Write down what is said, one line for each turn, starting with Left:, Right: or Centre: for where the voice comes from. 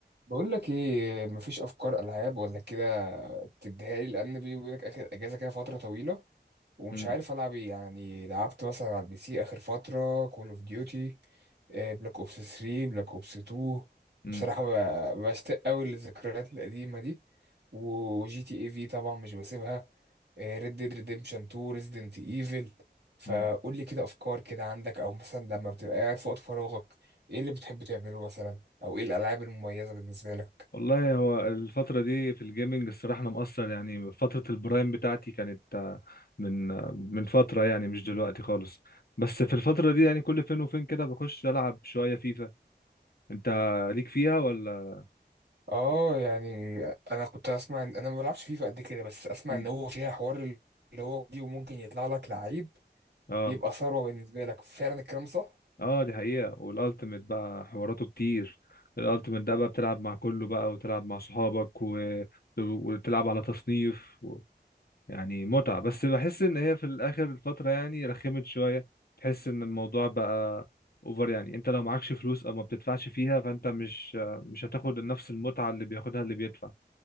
Right: بقول لك ايه مفيش افكار العاب ولا كده تديها لي لان بيني وبينك اخر اجازه كده فتره طويله ومش
Left: مم.
Right: عارف العب ايه يعني لعبت مثلا على البي سي اخر فتره كول اوف ديوتي بلاك اوبس 3 بلاك اوبس 2
Left: مم.
Right: بصراحه ب- بشتاق قوي للذكريات القديمه دي وجي تي اي في طبعا مش بسيبها ريد ديد ريديمشن 2 ريزيدنت ايفل فقول
Left: مم.
Right: لي كده افكار كده عندك او مثلا لما بتبقى قاعد في وقت فراغك ايه اللي بتحب تعمله مثلا او ايه الالعاب المميزه بالنسبه لك
Left: والله هو الفترة دي في الجيمنج الصراحة أنا مقصر يعني فترة البرايم بتاعتي كانت آه، من آه، من فترة يعني مش دلوقتي خالص بس في الفترة دي يعني كل فين وفين كده بخش ألعب شوية فيفا أنت ليك فيها ولا؟
Right: اه يعني انا كنت اسمع إن- انا ما بلعبش فيفا قد كده بس اسمع
Left: مم.
Right: ان هو فيها حوار اللي هو دي وممكن يطلع لك لعيب
Left: اه
Right: يبقى ثروة بالنسبة لك فعلا الكلام صح
Left: اه دي حقيقة والألتيميت بقى حواراته كتير الألتيميت ده بقى بتلعب مع كله بقى وتلعب مع صحابك و... وتلعب على تصنيف يعني متعة بس بحس ان هي في الاخر الفترة يعني رخمت شوية تحس ان الموضوع بقى اوفر يعني انت لو معكش فلوس او ما بتدفعش فيها فانت مش مش هتاخد نفس المتعة اللي بياخدها اللي بيدفع